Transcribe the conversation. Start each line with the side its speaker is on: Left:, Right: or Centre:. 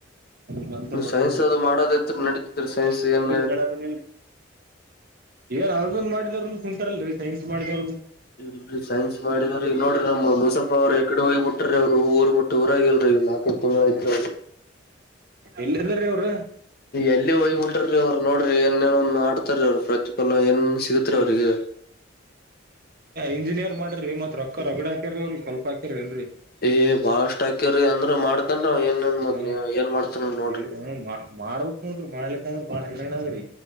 Right: ಅ ಅಂತ
Left: ನೀ
Right: ಬಡುದು
Left: ಸೈನ್ಸ್ ಅದು ಮಾಡೋದತ್ರ ನಡೀತಿದ್ರಿ ಸೈನ್ಸ್ ಏನ್
Right: ಕೇಳಂಗನ ಏನ್ ಅದನ್ ಮಾಡಿದವ್ರ ಕುಂತಾರಲ್ಲೀ ಸೈನ್ಸ್ ಮಾಡಿದವ್
Left: ಇಲ್ೀ ಸೈನ್ಸ್ ಮಾಡಿದ್ರಿ ನೋಡ್ರಿ ನಮ್ಮ ಮುಸಫ ಅವ್ರರು ಎಗಡೆ ಹೋಗಿಬ ಬಿಟ್ರಿ ಅವ್ರು ಊರ್ ಬಿಟ್ಟು ಊರಾಗಲ್ ನಾಲ್ಕೈ ತಿಂಗಳಾಯ್ತ್ ಅವದು
Right: ಎಲ್ಲ್ದ್ರೀ ಅವ್ರರು
Left: ಎಲ್ಲಿ ಹೋಗ್ಬಟ್ರಿ ಅವ್ರು ನೋಡ್ರಿ ಏನ್ೇನೊಂದ ಆಡ್ತಾರೀ ಅವ್ರು ಪ್ರತಿಫಲ ಏನ್ ಸಿಗತ್ರಿ
Right: ಹ್ಮ್
Left: ಅವ್ರಿಗೆ
Right: ಇಂಜಿನಿಯರ್ ಮಾಡ್ರ ಮತ್ರ ರೊಕ್ಕ ರಗಡ ಹ್ರ ಸ್ವಪ ಹಾಕ್ರೇನ್ರಿ
Left: ಏ್ ಬಾಳಷ್ಟ ಹಾಕ್ಯರ ಅಂದ್ರ ಮಾಡ್ತನ್ ಏನ್
Right: ಹ್ಮ
Left: ಮಾಡ್ತಾನ ನೋಡ್ರಿ
Right: ಹ ಮಾಡ್ಬಕ್ ನೋಡ್ರಿ ಮಾಡ್ಲಿಕ್ಕಂದ್ರ ಬಾಳ ಹಿರರಣ ಆಗ್ರಿ